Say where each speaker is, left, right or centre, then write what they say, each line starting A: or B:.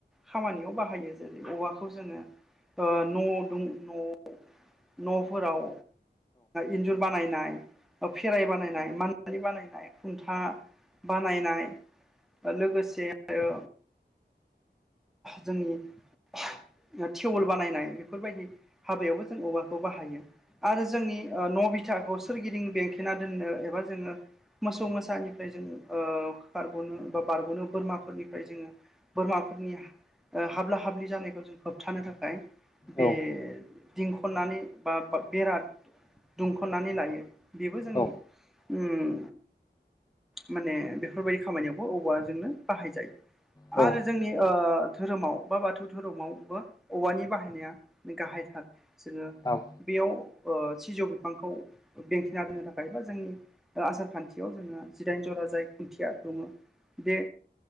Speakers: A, in the centre; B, on the left.
A: खामानियाव बाहायो जेरै औवाखौ जोङो ओ न द नआव नफोराव इन्जुर बानायनाय खेराय बानायनाय मानालि बानायनाय खुन्था बानायनाय लोगोसे आरो जोंनि टिउवेल बानायनाय बेफोरबायदि हाबायावबो जों औवाखौ बाहायो आरो जोंनि न बिथाखौ सोरगिदिं बेंथेना दोननो एबा जोङो मोसौ मोसानिफ्राय जोङो ओ बारग नो बा बारग नो बोरमाफोरनिफ्राय जोङो बोरमाफोरनि हाब्ला हाब्लि जानायखौ जों होबथानो थाखाय बे
B: औ
A: दिंखननानै बा बेरा दुमखन्नानै लायो बेबो जोंनि
B: औ
A: उम माने बेफोरबायदि खामानियावबो औवाजोंनो बाहाय जायो
B: औ नंगौ
A: आरो जोंनि ओ धोरोमाव बा बाथौ धोरोमावबो औवानि बाहायनाया गाहायथार जोङो
B: औ
A: बेयाव ओ सिजौ बिफांखौ बेंथना दोननो थाखाय बा जोंनि आसार खान्थियाव जोंहा जिदाइन ज'रा जाय खुन्थिया दङ बे